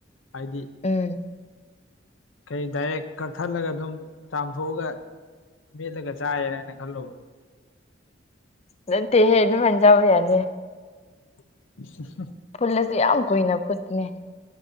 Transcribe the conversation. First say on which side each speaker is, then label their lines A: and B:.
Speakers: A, on the left; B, on the left.
A: ꯍꯥꯏꯗꯤ
B: ꯎꯝ
A: ꯀꯩ ꯗꯥꯏꯔꯦꯛ ꯀꯛꯊꯠꯂꯒ ꯑꯗꯨꯝ ꯆꯥꯝꯊꯣꯛꯑꯒ ꯃꯦꯠꯂꯒ ꯆꯥꯏꯌꯦꯅ ꯈꯜꯂꯨꯕ
B: ꯅꯠꯇꯦꯍꯦ ꯗꯨꯃꯥꯏ ꯆꯕ ꯌꯥꯗꯦ
A: <inaudible>
B: ꯐꯨꯠꯂꯁꯨ ꯌꯥꯝ ꯀꯨꯏꯅ ꯐꯨꯠꯇꯤꯌ‌ꯦ